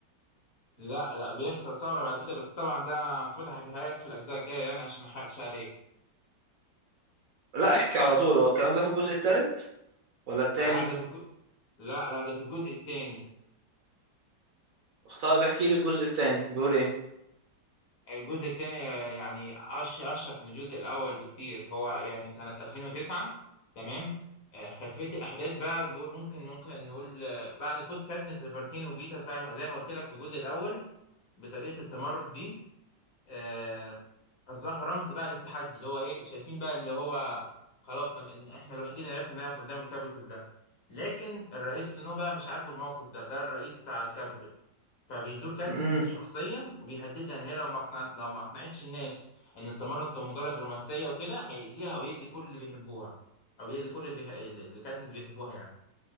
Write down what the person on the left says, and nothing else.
لا لا بيحصل ثورة بعد كده بس طبعا ده المفروض احكيها لك في الأجزاء الجاية يعني عشان ما احرقش عليك
آه، لا ده في الجو... لا لا ده في الجزء الثاني
الجزء الثاني يعني أش أشق من الجزء الأول بكتير هو يعني سنة 2009 تمام آه، خلفية الأحداث بقى ب- ممكن ممكن نقول آه، بعد فوز كاتنس إيفرتين وبيتا زي ما زي ما قلت لك في الجزء الأول بطريقة التمرد دي آه، اصبحوا رمز بقى للتحدي اللي هو ايه شايفين بقى اللي هو خلاص ما بقى احنا الوحيدين اللي عرفنا نقف قدام الكابيتول ده لكن الرئيس سنو بقى مش عاجبه الموقف ده ده الرئيس بتاع الكابيتول فبيزور كاتنس
شخصيا وبيهددها ان هي لو ما اقنع... لو ما اقنعتش الناس ان التمرد كان مجرد رومانسيه وكده هيأذيها ويأذي كل اللي بيحبوها او يأذي كل اللي, بيح... اللي كاتنس بيحبوها يعني